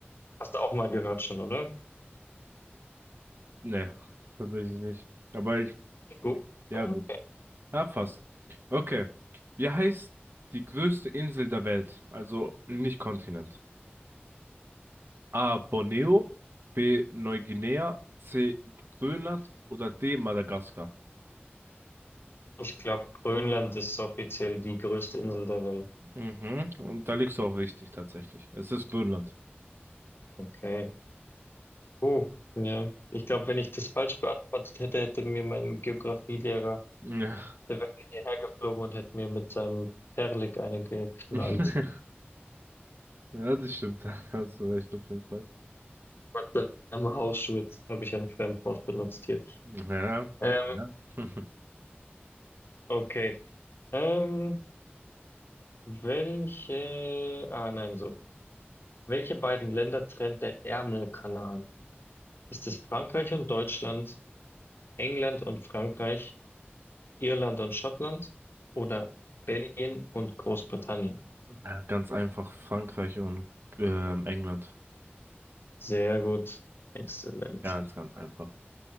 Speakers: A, on the left (about 60°); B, on the right (about 60°).
A: Hast du auch mal gehört schon, oder?
B: Nee, tatsächlich nicht. Aber ich,
A: Die Gobi?
B: ja
A: ah,
B: gut.
A: Okay.
B: Ja, fast. Okay. Wie heißt die größte Insel der Welt? Also nicht Kontinent. A. Borneo, B. Neuguinea, C. Grönland oder D. Madagaskar.
A: Ich glaube, Grönland ist offiziell die größte Insel der Welt.
B: Mhm. Und da liegst du auch richtig, tatsächlich. Es ist Grönland.
A: Okay. Uh, ja. Ich glaube, wenn ich das falsch beantwortet hätte, hätte mir mein Geografielehrer
B: Ja.
A: Der wäre hierher geflogen und hätte mir mit seinem Terlik eine geknallt.
B: <laughs> Ja, das stimmt. Da hast du recht, auf jeden Fall.
A: Mit seinem Hausschurz habe ich ein Fremdwort benutzt hier.
B: Ja.
A: Ähm,
B: Ja. <laughs>
A: okay. Ähm, welche. Ah, nein, so. Welche beiden Länder trennt der Ärmelkanal? Ist es Frankreich und Deutschland, England und Frankreich, Irland und Schottland oder Belgien und Großbritannien?
B: Ja, Ganz einfach Frankreich und ähm, England.
A: Sehr gut. Exzellent.
B: Ganz, ganz einfach.